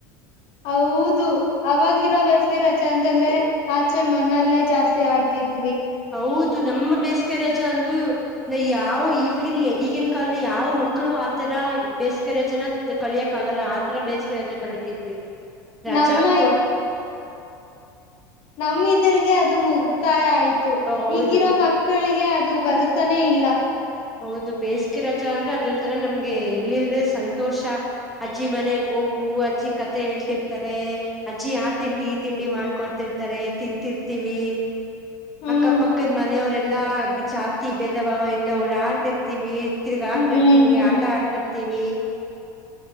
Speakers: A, on the left; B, in the centre.
A: ಹೌದು ಅವವಾಗಿರೋ ಬೇಸ ರಜೆ ಅಂತಂದ್ರೆ ಆಚೆ ಮನಲ್ಲೇ ಜಾಸ್ತಿ ಆಡ್ತಿದ್
B: ಹೌದು ನಮ್ಮ ಬೇಸಿಗೆ ರಜಾ ಅಂ ಯಾವ ಈಗಿನ ಈಗಿನ ಕಾಲದಲ್ಲಿ ಯಾವ ಮಕ್ಕಳು ಆತರ ಬೇಸಿಗೆರಜನ ಇ ಕಲಿಯಕ್ ಆಗಲ್ಲ ಆತರ ಬೇಸಿಗೆ ರಜಾ ಕಲಿತಿದ್ವಿ ರಜಾ
A: ನಮ್ಮ
B: ಕೊ
A: ನಮಿದ್ರರಿಗೆ ಅದು ಮುಗತಾಯ ಆಯ್ತು
B: ಹೌದು
A: ಈಗಿರೋ ಮಕ್ಕಳಿಗೆ ಅದು ಬರುತ್ತಾನೇ ಇಲ್ಲ
B: ಹೌದು ಬೇಸಿಗೆ ರಜಾ ಅಂದ್ರೆ ಅದೊಂತರ ನಮ್ಗೆ ಎಲ್ಲಿಲ್ದೆೆ ಸಂತೋಷ ಅಜ್ಜಿ ಮನೆಗೋ ಗೂ ಅಜ್ಜಿ ಕತೆ ಹೇಳ್ತಿರ್ತಾರೆ ಅಜ್ಜಿ ಆ ತಿಂಡಿ ಈ ತಿಂಡಿ ಮಾಡ್ಕೊಡ್ತಿರ್ತಾರೆ ತಿಂತರ್ ತಿವಿ
A: ಹ್ಮ್
B: ಅಕ್ಕಪಕ್ಕದ ಮನೆಯವರೆಲ್ಲಾ ಜಾತಿ ಭೇದ ಭಾವ ಇಲ್ಲ್ದೆ ಆಡ್ತಿರ್ತಿವಿ ತಿರ್ಗಾಡ್ತಿರ್ತಿವಿ
A: ಹ್ಮ್
B: ಆಟ ಆಡ್ತಿರ್ತಿವಿ